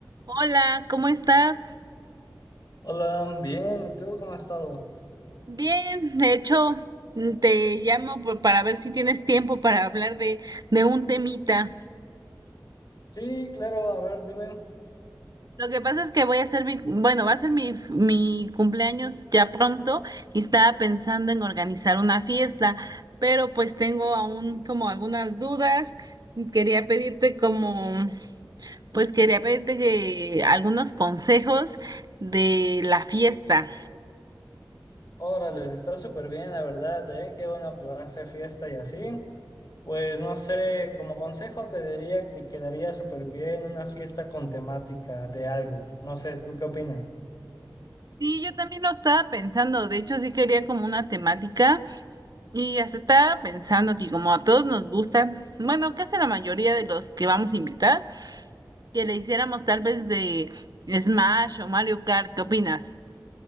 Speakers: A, on the right (about 55°); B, on the left (about 55°).
A: Hola, ¿cómo estás?
B: Hola, bien, ¿y tú cómo has estado?
A: Bien, de hecho, mm, te llamo por- para ver si tienes tiempo para hablar de, de un temita.
B: Sí, claro, a ver, dime.
A: Lo que pasa es que voy a hacer mi, bueno, va a ser mi, mi cumpleaños ya pronto y estaba pensando en organizar una fiesta, pero pues tengo aún como algunas dudas. y Quería pedirte como, pues quería pedirte que algunos consejos de la fiesta.
B: Órale, está súper bien, la verdad, ¿eh? Qué bueno que vas a hacer fiesta y así. Pues no sé, como consejo te diría que quedaría súper bien una fiesta con temática de algo. No sé, ¿tú qué opinas?
A: Sí, yo también lo estaba pensando, de hecho sí quería como una temática. Y hasta estaba pensando que como a todos nos gusta, bueno, casi la mayoría de los que vamos a invitar, que le hiciéramos tal vez de Smash o Mario Kart, ¿qué opinas?